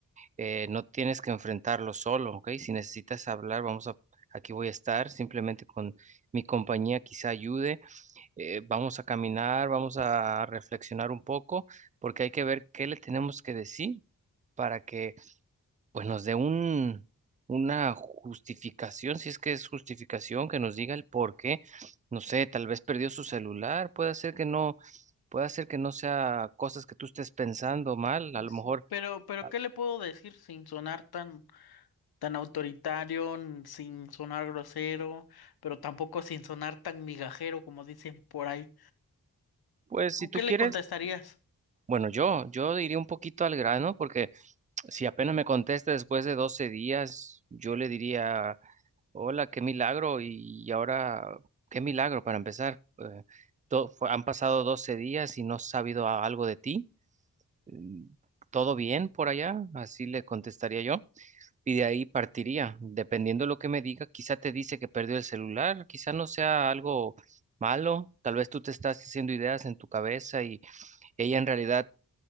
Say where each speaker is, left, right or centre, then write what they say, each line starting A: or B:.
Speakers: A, on the right; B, on the left.
A: eh, no tienes que enfrentarlo solo, ¿ok? Si necesitas hablar, vamos a, aquí voy a estar. Simplemente con mi compañía quizá ayude. eh, vamos a caminar, vamos a reflexionar un poco, porque hay que ver qué le tenemos que decir para que pues nos dé un, una justificación, si es que es justificación, que nos diga el por qué. No sé, tal vez perdió su celular, puede ser que no, puede ser que no sea cosas que tú estés pensando mal,
B: Sí,
A: a lo
B: sí.
A: mejor,
B: Pero, pero
A: ah,
B: ¿qué le puedo decir sin sonar tan tan autoritario, n- sin sonar grosero, pero tampoco sin sonar tan migajero como dicen por ahí.
A: pues
B: ¿Tú
A: si tú
B: qué le
A: quieres,
B: contestarías?
A: bueno, yo, yo iría un poquito al grano, porque si apenas me contesta después de 12 días, yo le diría, hola, qué milagro, y ahora, qué milagro para empezar. eh, to- fue- han pasado 12 días y no has sabido a- algo de ti. mm, ¿Todo bien por allá? Así le contestaría yo. Y de ahí partiría. Dependiendo de lo que me diga, quizá te dice que perdió el celular, quizá no sea algo malo. Tal vez tú te estás haciendo ideas en tu cabeza y ella en realidad